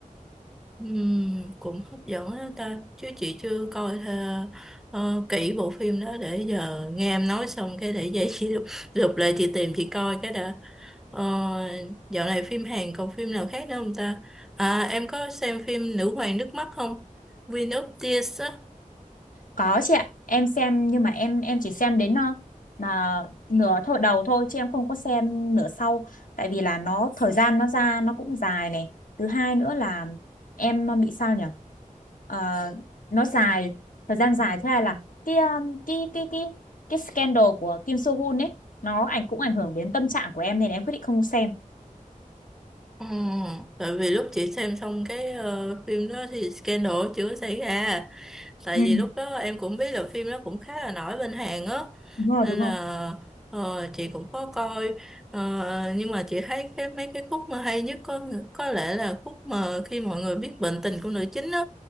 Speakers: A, in the centre; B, on the left.
A: Ừm, cũng hấp dẫn đó ta chứ chị chưa coi thơ, ờ, kỹ bộ phim đó để giờ nghe em nói xong cái để vậy chị <laughs> lục, lục lại chị tìm chị coi cái đã ờ, dạo này phim Hàn còn phim nào khác nữa không ta à em có xem phim Nữ hoàng nước mắt không Queen of Tears á
B: Có chị ạ, em xem nhưng mà em em chỉ xem đến ờ, là nửa thôi đầu thôi chứ em không có xem nửa sau tại vì là nó thời gian nó ra nó cũng dài này. Thứ hai nữa là em ờ, bị sao nhỉ? Ờ, nó dài thời gian dài thế này là cái um, cái cái cái cái scandal của Kim So Hoon ấy nó ảnh cũng ảnh hưởng đến tâm trạng của em nên em quyết định không xem.
A: Ờ, tại vì lúc chị xem xong cái ờ, phim đó thì scandal chưa có xảy ra tại
B: Ừ,
A: vì lúc đó em cũng biết là phim đó cũng khá là nổi bên Hàn á
B: đúng rồi,
A: nên
B: đúng rồi.
A: là ờ, chị cũng có coi Ờ, nhưng mà chị thấy cái mấy cái khúc mà hay nhất có có lẽ là khúc mà khi mọi người biết bệnh tình của nữ chính á